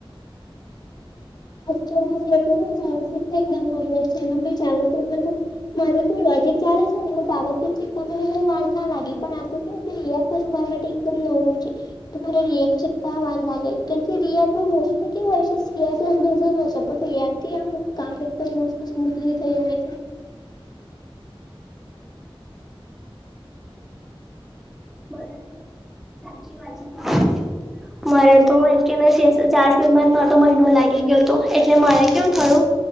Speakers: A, on the left; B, in the centre.
A: તો <inaudible> જાવ તો એકદમ ગમ છે મમ્ી જાવર મારું તો લોજક ચાલે છે ને સા્ય શીખને બહુ વાળ ના લાગી પણ તો કેમક મારા માટે એકમ નવું છે તોરેકતા વા લાગે મોસ્ટલી કેવુ હોય છે સિયા હોિયા આમ કામ એકદમ મસ્ત સ્મૂથલી થઈ જાય છે
B: બરાબર સાચી વાત છે મારે તો ચાર કિ મા તો મહિનો લાગી ગયો હતો એટલે મારે કેવું થયું